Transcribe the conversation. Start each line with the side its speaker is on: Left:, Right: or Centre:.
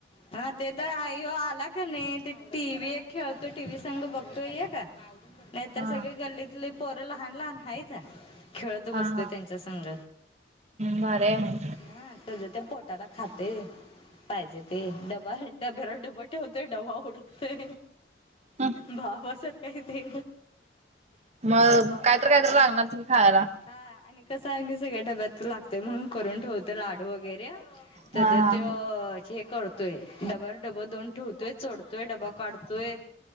Left: हा ते तर हाय ओ आला का नाही ते टी व्ही एक खेळतो टी व्ही संघ बघतोय एक नाहीतर
Right: हा
Left: सगळे गल्लीतले पोरं लहान लहान आहेतच खेळत
Right: हा
Left: बसतोय
Right: हा
Left: त्यांचा संघ
Right: भारी आहे मग
Left: हा त्या ते पोटाला खाते पाहिजे ते डबा डब्यावर डब होतय डबा उडकतय
Right: होय.
Left: भावासारखा य ते
Right: मग
Left: डबा
Right: कायतर कायतर लागणार की खायला.
Left: हा आणि कसं आहे मी सगळ्या डब्यात लागतंय म्हणून करून ठेवतो लाडू वगैरे त्या
Right: हा हा.
Left: ते हे करतोय डबल डबल दोन ठेवतोय चोडतोय डबा काढतोय